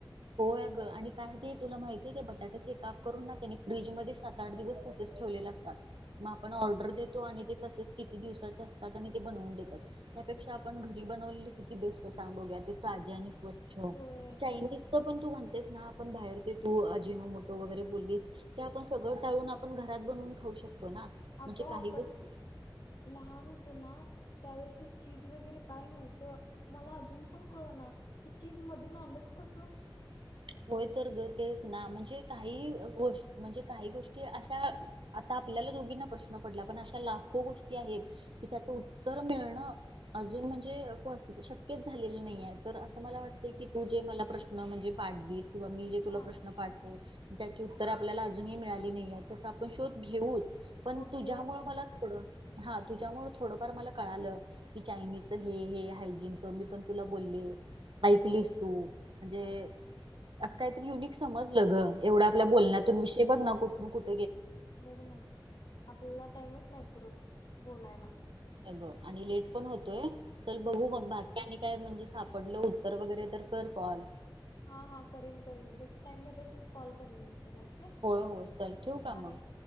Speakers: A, on the right (about 90°); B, on the left (about 60°).
A: होय ग. आणि काय ते तुला माहिती आहे ते बटाट्याचे काप करून ना तेनी फ्रीजमध्ये सात आठ दिवस तसंच ठेवलेले असतात, मग आपण ऑर्डर देतो आणि किती दिवसाच्या असतात आणि ते बनवून देतात, त्यापेक्षा पण घरी बनवलेले किती बेस्ट सांग बघूया. ताजे आणि स्वच्छ
B: होय
A: चायनीज च पण तू म्हणतेस ना आपण बाहेर ते तू अजिनोमोटो वगैरे बोलली ते आपण सगळं टाळून आपण घरात बनवून खाऊ शकतो. ना.
B: अग
A: म्हणजे
B: आपण
A: काही गोष्टी
B: लहान ना त्यावेळेस ही चीज वगैरे काय नव्हतं, मला अजून पण कळना चीज मधून आलं त कसं?
A: ह. होय तर ग, तेच ना! म्हणजे काही गोष्ट म्हणजे काही गोष्टी अशा आ आपल्याला दोघीना प्रश्न पडला पण अशा लाखो गोष्टी आहेत की त्याच उत्तर मिळणं अजून म्हणजे पस शक्यच झालेलं नाही आहे तर असं मला वाटत की तू जे मला प्रश्न म्हणजे पाडलीस किंवा मी जे तुला
B: हा
A: प्रश्न पाडतो ज्याची उत्तर आपल्याला अजूनही मिळाली नाही आहे तेचा आपण शोध घेऊच पण
B: हो
A: तुझ्यामुळे
B: घेऊ आपण
A: मला थोडं हा, तुझ्यामुळे थोडंफार मला कळालं की चायनीज च हे हायजीन च मी पण तुला बोलले ऐकलीस तू, म्हणजे
B: शकतो
A: असं काहीतरी युनिक समजलं ग एवढा आपल्या
B: हो
A: बोलण्यातून विषय बघ ना कुठून कुठं
B: बघ ना, आपल्याला टाइमच नाही पुरत बोलायला.
A: आणि लेट पण होतोय. चल बघू
B: बर
A: मग, बाकी? काय म्हणजे सापडलं उत्तर वगैरे तर कर कॉल.
B: हा! हा! करीन करीन जस टाइम भेटेल तस कॉल करीन मी तुला. ओ
A: होय होय चल ठेवू का मग
B: बाय.